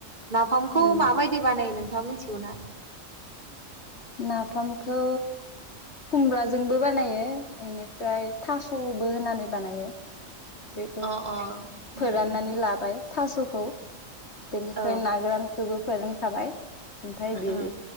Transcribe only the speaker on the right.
फामखौ
माबायदि बानायो नोंथाङा मिथिगौ ना?
अ अ उम
उम
औ
उम
उम